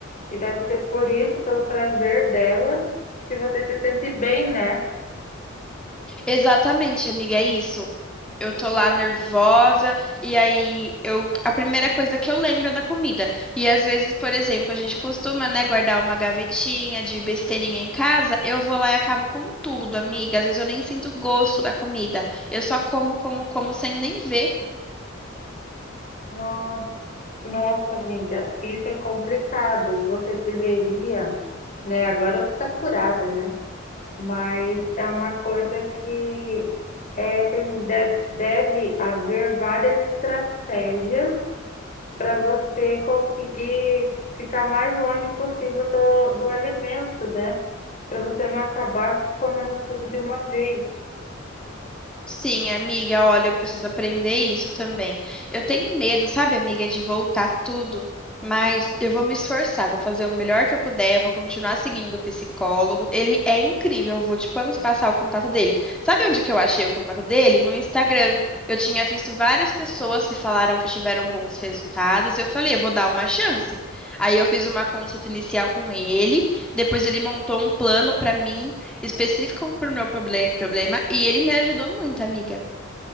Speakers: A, on the left; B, in the centre.
A: E deve ser por isso, pelo prazer dela, que você se sente bem, né?
B: Exatamente, amiga, é isso. Eu tô lá nervosa e aí eu a primeira coisa que eu lembro é da comida. E às vezes, por exemplo, a gente costuma, né, guardar uma gavetinha de besteirinha em casa, eu vou lá e acabo com tudo, amiga. Às vezes eu nem sinto gosto da comida. Eu só como, como, como sem nem ver.
A: No, Nossa, amiga, isso é complicado. Você deveria, né? Agora está curada, né? Mas é uma coisa que é, tem, de- deve haver várias estratégias para você conseguir ficar mais longe possível do, do alimento, né? Para você não acabar comendo tudo de uma vez.
B: Sim, amiga, olha, eu preciso aprender isso também. Eu tenho medo, sabe, amiga, de voltar tudo, mas eu vou me esforçar, vou fazer o melhor que eu puder, eu vou continuar seguindo o psicólogo. Ele é incrível, eu vou te pan- passar o contato dele. Sabe onde que eu achei o contato dele? No Instagram. Eu tinha visto várias pessoas que falaram que tiveram bons resultados. Eu falei, eu vou dar uma chance. Aí eu fiz uma consulta inicial com ele, depois ele montou um plano para mim específico para o meu proble- problema e ele me ajudou muito, amiga.